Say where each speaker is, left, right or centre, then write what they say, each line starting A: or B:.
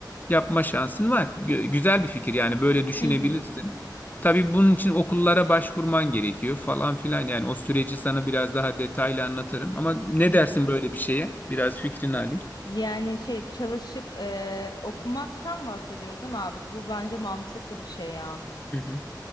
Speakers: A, on the left; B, on the left.
A: yapma şansın var. Gö- Güzel bir fikir yani böyle düşünebilirsin.
B: Hı hı.
A: Tabii bunun için okullara başvurman gerekiyor falan filan. Yani o süreci sana biraz daha detaylı anlatırım. Ama ne
B: Hı hı.
A: dersin böyle bir şeye? Biraz fikrini alayım.
B: Yani şey çalışıp eee, okumaktan bahsediyoruz değil mi abi? Bu bence mantıklı bir şey ya.
A: Hı hı.